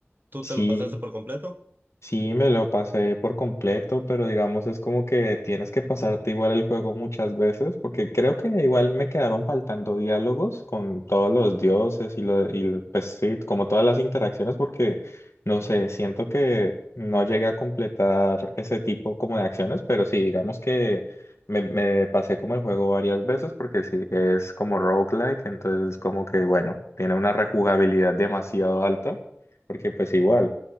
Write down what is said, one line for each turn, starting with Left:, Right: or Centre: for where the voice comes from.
Right: ¿Tú
Left: Sí,
Right: te lo pasaste por completo?
Left: Sí, me lo pasé por completo, pero digamos es como que tienes que pasarte igual el juego muchas veces, porque creo que igual me quedaron faltando diálogos con todos los dioses y, lo, y lo- pues sí, como todas las interacciones, porque no sé, siento que no llegué a completar ese tipo como de acciones, pero sí, digamos que me, me pasé como el juego varias veces, porque sí, es como roguelike, entonces como que bueno, tiene una rejugabilidad demasiado alta, porque pues igual